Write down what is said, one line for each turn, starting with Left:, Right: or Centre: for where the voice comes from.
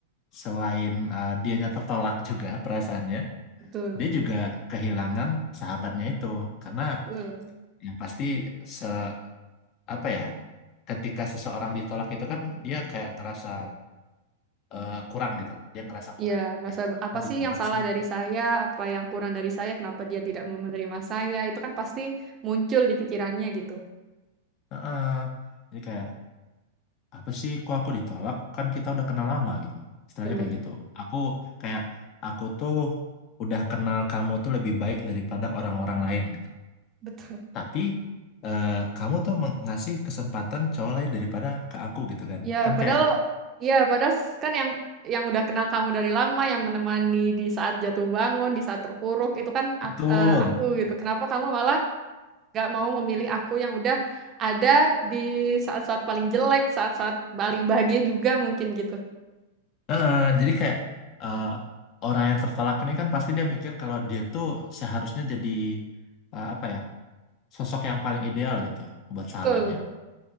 Left: selain eh, dianya tertolak juga <laughs> perasaannya
Right: betul,
Left: dia juga kehilangan sahabatnya itu karena
Right: betul.
Left: ya pasti se apa ya ketika seseorang ditolak itu kan dia kayak ngerasa eh, kurang gitu loh. dia ngerasa kurang
Right: Iya, masa
Left: eh kok aku
Right: apa
Left: ditolak
Right: sih yang salah
Left: sih
Right: dari saya, apa yang kurang dari saya, kenapa dia tidak mau menerima saya, itu kan pasti muncul di pikirannya gitu.
Left: Heeh. ini kayak apa sih kok aku ditolak kan kita udah kenal lama gitu istilahnya
Right: Betul,
Left: kayak
Right: betul.
Left: gitu aku kayak aku tuh udah kenal kamu tuh lebih baik daripada orang-orang lain gitu
Right: Betul.
Left: tapi eh, kamu tuh mengasih kesempatan cowok lain daripada ke aku gitu kan
Right: Ya,
Left: kan
Right: padahal
Left: kayak
Right: ya padahal kan yang yang udah kenal kamu dari lama, yang menemani di saat jatuh bangun, di saat terpuruk, itu kan ak-
Left: betul
Right: eh, aku gitu. Kenapa kamu malah gak mau memilih aku yang udah ada di saat-saat paling jelek, saat-saat paling bahagia juga mungkin gitu.
Left: Eh, jadi kayak eh, orang yang tertolak ini kan pasti dia mikir kalau dia tuh seharusnya jadi eh, apa ya sosok yang paling ideal gitu buat
Right: Betul.
Left: sahabatnya.